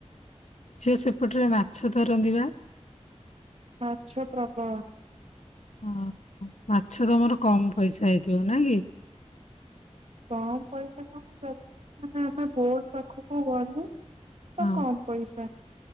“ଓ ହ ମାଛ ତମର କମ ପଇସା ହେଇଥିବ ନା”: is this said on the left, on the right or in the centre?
Left